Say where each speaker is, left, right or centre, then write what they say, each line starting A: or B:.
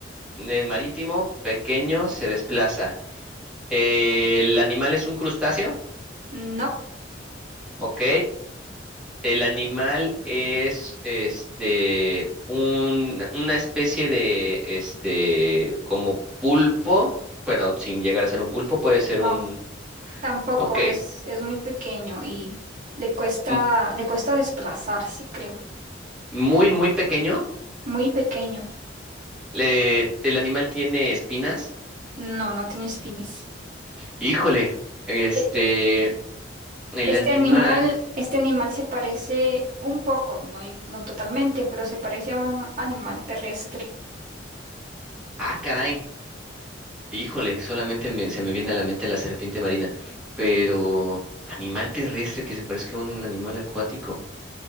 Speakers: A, in the centre; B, on the right (about 45°).
A: ¿El marítimo, pequeño, se desplaza. Eh, ¿el animal es un crustáceo?
B: No,
A: Ok. ¿El animal es este un, una especie de este como pulpo, pero sin llegar a ser un pulpo, puede ser
B: no.
A: un.
B: Tampoco
A: Ok.
B: es, es muy pequeño y le cuesta,
A: mu-
B: le cuesta desplazarse, creo.
A: Muy, muy pequeño.
B: Muy pequeño.
A: Le- ¿el animal tiene espinas?
B: No, no tiene espinas.
A: Híjole, este,
B: E-
A: el
B: Sí. Este
A: animal,
B: animal, este animal se parece un poco, no, y- no totalmente, pero se parece a un animal terrestre.
A: ah, caray, híjole, solamente me- se me viene a la mente la serpiente marina, pero animal terrestre que se parezca a un animal acuático,